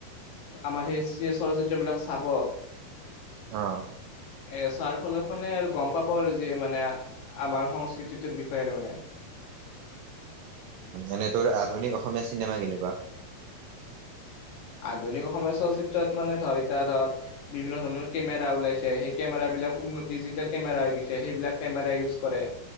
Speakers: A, on the left; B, on the right.
A: আমাৰ সেই চলচিত্ৰবিলাক চাব
B: অ'
A: এ চোৱাৰ ফলত মানে আৰু গম পাব আৰু যে মানে আমাৰ সংস্কৃতিটোৰ বিষয়ে আৰু মানে।
B: এনে তোৰ আধুনিক অসমীয়া চিনেমা কেনেকুৱা?
A: আধুনিক অসমৰ চলচিত্ৰত মানে ধৰ এতিয়া ধৰ বিভিন্ন ধৰণৰ কেমেৰা ওলাইছে, সেই কেমেৰা বিলাক ডিজিটেল কেমেৰা হৈ গৈছে, সেইবিলাক কেমেৰা ইউজ কৰে।